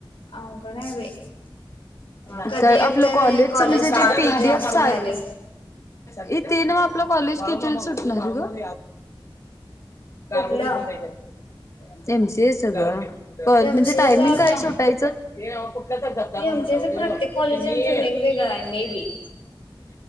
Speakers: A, on the left; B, on the left.
A: अवगड ये बाई
B: आपलं
A: कधी एकदा
B: कॉलेजच
A: कॉलेज
B: म्हणजे
A: स्टार्ट
B: ते पी
A: होते
B: डी
A: असं
B: एफ चाल-
A: व्हायले
B: इथे ना म आपलं कॉलेज किथीला सुटणारे गं- कारगुटीतून
A: कुठलं
B: जाई त्यांच्या. एम सी एस ग प
A: एमसीएच
B: म्हणजे टायमिंग
A: आता
B: काय सुटायचं? धबधबा
A: एमसीएच
B: म्हण दे
A: प्रत्येक कॉलेजांच
B: तुम्ही.
A: वेगवेगळं आहे मे बी